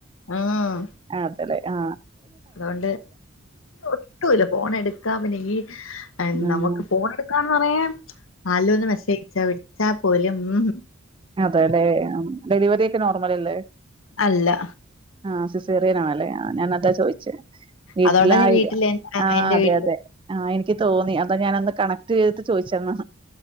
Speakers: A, on the left; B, on the right.
A: ആഹ്
B: ആ ല്ലെ ആ
A: അതുകൊണ്ട് ഒട്ടുമല്ല ഫോണ് എടുക്കാ പിന്നെങ്കി നമുക്ക്
B: ഉം
A: ഫോണെടുക്കാൻ പറയെ ആലോ ഒന്ന് മെസ്സേ്ച്ചാ വി ചാ പോലും ഊഹ്
B: അതെ ലേ ഡെലിവറി ഒക്കെ നോർമൽ അല്ലേ
A: അല്ല
B: ആഹ് സിസേറിയനാണല്ലേ ഞാനതാ ചോയ്ച്ചേ വീട്ടിലായില്ല്യ
A: അതുകൊണ്ടാ ഞാൻ വീട്ടില്
B: ആഹ്
A: എന്റെ
B: അതെ
A: വീട്ടില്
B: അതെ ആ എനി ക്ക് തോന്നി അതാ ഞാനന്ന് കണക്ട് ചെയ്തിട്ട് ചോദിച്ചന്ന്